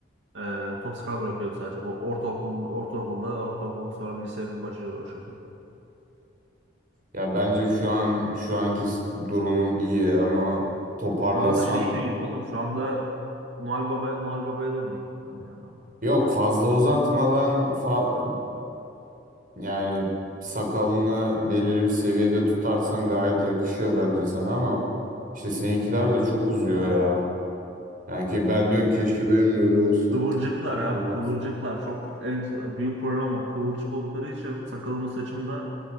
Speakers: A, on the right; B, on the right.
A: Ee, top sakal bırakıyordum sadece. Bu ortaokul, ortaokulda, ortaokul sonra lisenin başı o şekilde.
B: ya bence şu an şu anki s- durumum iyi ama toparlasan
A: Şu anda şey iyiyim oğlum. Şu anda Noel Baba, Noel Baba'ya döndük. hepten Yani.
B: yok fazla uzatmadan fa, e, yani sakalını belirli bir seviyede tutarsan gayet yakışıyor bence sana ama işte seninkiler de çok uzuyor ya. Yani ki ben diyorum keşke benim de öyle olsa.
A: Kıvırcıklar
B: Sakallar.
A: abi kıvırcıklar çok en büyük problem o. Kıvırcık oldukları için sakalımı saçımda